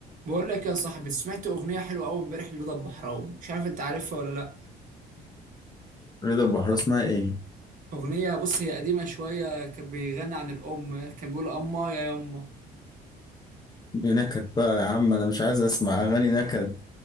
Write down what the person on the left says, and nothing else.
رضا البحراوي اسمها ايه؟
دي نكد بقى يا عم انا مش عايز اسمع اغاني نكد